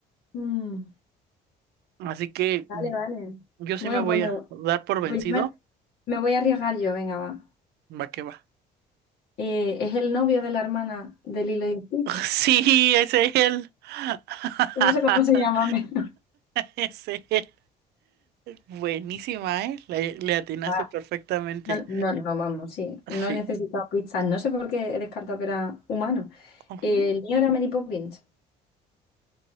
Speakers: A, on the left; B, on the right.
A: Mm.
B: así que
A: Vale,
B: mm,
A: vale.
B: yo sí
A: Bueno,
B: me voy
A: pues me,
B: a
A: vo-
B: dar por vencido.
A: pues yo me, me voy a arriesgar yo, venga, va.
B: Va que va.
A: Eh, es el novio de la hermana de Lilo y Stitch.
B: <laughs> Sí, es él. <laughs>
A: No sé cómo se llama. <laughs>
B: Es él. Buenísima, ¿eh? Le, le atinaste
A: Ah,
B: perfectamente.
A: No, no, no, vamos, sí.
B: Sí.
A: No he necesitado pistas. No sé por qué he descartado que era humano.
B: Ujú.
A: Eh, el mío era Mary Poppins.